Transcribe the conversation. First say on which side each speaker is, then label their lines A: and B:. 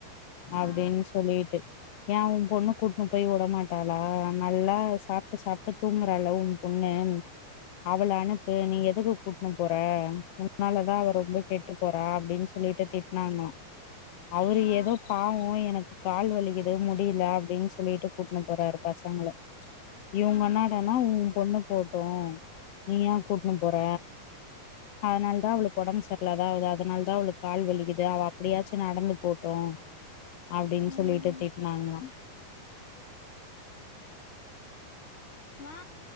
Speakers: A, on the left; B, on the left.
A: அப்டின்னு
B: ஆ
A: சொல்லிட்டு யேன் உ பொண்ணு கூட்னு போய் உடமாட்டாளா அ நல்லா சாப்ட்டு சாப்ட்டு தூங்கறால்ல உன் பொண்ணு அவள அனுப்பு நீ எதுக்கு கூட்னு போற உன்னாலதா அவ
B: ஆ
A: ரொம்ப கெட்டு போறா அப்டின்னு சொல்லிட்டு திட்னாங்களா அவரு
B: ஆ
A: எதோ பாவோ எனக்கு கால் வலிக்குது முடியல அப்டின்னு சொல்லிட்டு கூட்னு போறாரு பசங்கள இவங்க
B: ஆ
A: என்னாடான்னா உன் பொண்ணு போகுட்டு நீ யேன் கூட்னு போற அதனாலதா அவளுக்கு ஒடம்பு சரில்லாதா இது ஆகுது அதனாலதா அவளுக்கு கால் வலிக்குது அவ அப்பிடியாச்சு நடந்து போகுட்டு அப்டின்னு
B: ம்
A: சொல்லிட்டு திட்னாங்கலா
B: ம்மா